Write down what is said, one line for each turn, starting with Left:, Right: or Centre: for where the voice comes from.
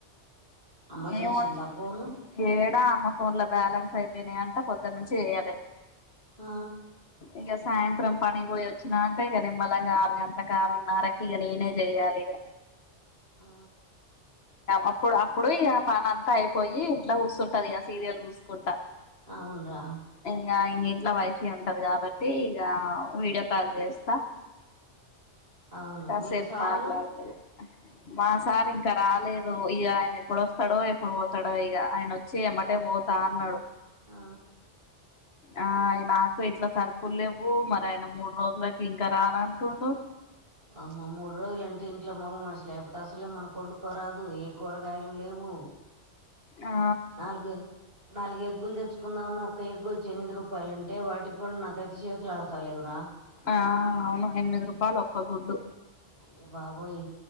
Right: అమ్మ చేసిందా
Left: ఏన్
Right: ఫోను
Left: హేడా అమ్మ ఫోన్ల బ్యాలెన్స్ అయితేనే అన్ అ పొద్దున్న నుంచి వేయాలె
Right: ఆ
Left: ఇగ సాయంత్రం పని పోయి వచ్చినంక ఇగ నిమ్మలంగా ఆరు గంటల కారు న్నర్రకి ఇక నేనే చేయాలి ఇగ
Right: ఆ
Left: అప్పుడు అప్పుడు ఇయ పని అంతా అయిపోయి ఇంట్లో చూస్తుంటది ఇగ సీరియల్ చూసుకుంటా
Right: అవున్రా
Left: ఇంగ ఇంట్లో వైఫై ఉంటది కాబట్టి ఇగ వీడియో కాల్ చేస్తా
Right: అవును
Left: కసేపు
Right: మీ సారు
Left: మాట్లాడతది మాసారి ఇంక రాలేదు ఇగ ఆయన ఎప్పుడు వస్తాడో ఎప్పుడు పోతాడో ఇగ ఆయన వచ్చి ఎమ్మటే పోతా అన్నాడు
Right: ఆ
Left: ఆ నాకు ఇంట్లా సరుకులు లేవు మరి ఆయన మూడు రోజులకి ఇంకా రానంటుండు
Right: అమ్మ మూడు రోజులుంటే ఇంట్లో మగ మచ్చ లేకపోతే అసలే మన కొండుకోరాదు ఏ కూరగాయలు లేవు ఉ
Left: ఆ
Right: నాలుగు నాలుగు ముగ్గులు తెచ్చుకుందామన్న ఒక ఎగ్ వచ్చి ఎనిమిది రూపాయలుంటే వాటికి గూడా నాకైతే చేతులు ఆడతాలేవురా
Left: ఆ అవును ఎనిమిది
Right: ఉమ్
Left: రూపాయలు ఒక్క గుడ్డు
Right: అయ్య బాబోయ్